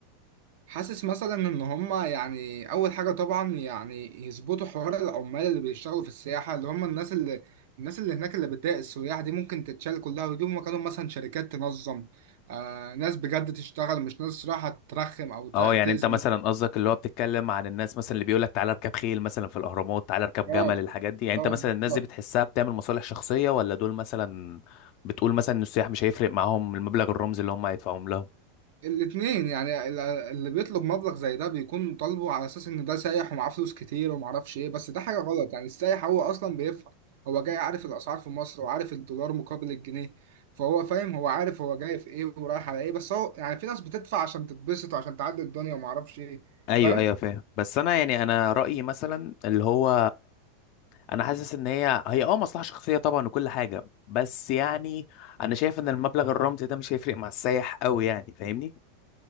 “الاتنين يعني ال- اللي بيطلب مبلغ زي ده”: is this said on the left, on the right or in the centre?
Right